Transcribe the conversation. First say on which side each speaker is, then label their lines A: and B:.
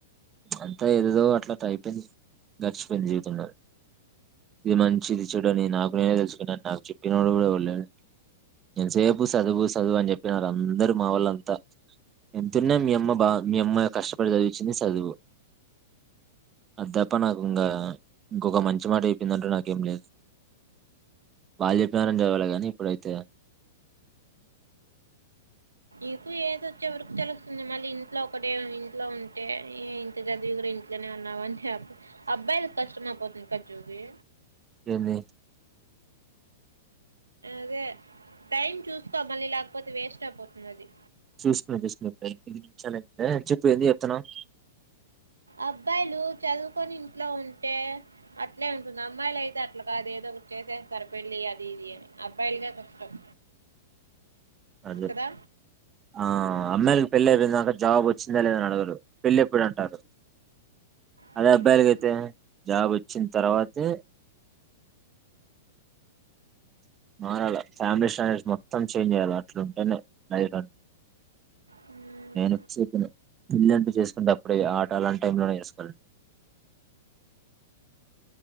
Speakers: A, on the right; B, on the right.
A: అంతా ఎదదో అట్లా త అయిపోయింది గడిచిపోయింది జీవితంలో ఇది మంచి ఇది చెడు అని నాకు నేనే తెలుసుకున్నా నాకు చెప్పినోడు కూడాళ్ళడు నేసేపు చదువు చదువు అని చెప్పినారు అందరు మా వాళ్ళ అంతా ఎంతున్నా మీ అమ్మ బా మీ అమ్మాయి కష్టపడి సదివిచ్చింది సదువు అది తప్ప నాకు ఇంకా ఇంకొక మంచి మాట అయిపోయిందంటే నాకేం లేదు వాళ్ళు చెప్పినారని చదాలి కాని ఇప్పుడైతే
B: ఇపు ఏదొ చివరికి తెలుస్తుంది మళ్ళీ ఇంట్లో ఒకటే ఇంట్లో ఉంటే ఇంత చదివి కూడా ఇంట్లోనే ఉన్నావుని అబ్బాయి కష్టం అయిపోతుంది క జోగి
A: ఏంది
B: అదే టైం చూసుకో మళీ లేకపోతే వేస్ట్ అయిపోతుంది అది
A: చూసుకున్నా చూసుకున్నాప్పు ఇప్పుడే ఐదు నిమిషాలు అయింది లే చెప్ప ఏంది చెప్తున్నావ్
B: అబ్బాయిలు చదువుకొని ఇంట్లో ఉంటే అట్లే ఉంటుంది అమ్మాయిలు అయితే అట్లా కాదు ఏదో ఒక చేసేస్తారు పెళ్లి అది ఇది అని అబ్బాయిలాకే కష్టం
A: అదే
B: కదా
A: ఆ అమ్మాయిలకి పెళ్ళి అయిపోయిందాక జాబ్ వచ్చిందా లేదని అడగరు పెళ్ళి ఎప్పుడు అంటారు.
B: హ్మ్.
A: అదే అబ్బాయిలకి అయితే జాబ్ వచ్చిన తర్వాతే, మారాల ఫ్యామిలీ స్టాండర్స్ మొత్తం చేంజ్ చెయ్యాల, అట్లుంటేనే లైఫ్
B: హ్మ్.
A: నేను
B: హ్మ్.
A: పిక్స్ అయిపోనా పెళ్ళి అంటూ చేసుకుంటే అప్పుడే ఆట అలాంటి టైం లోనే చేసుకోవాలన్.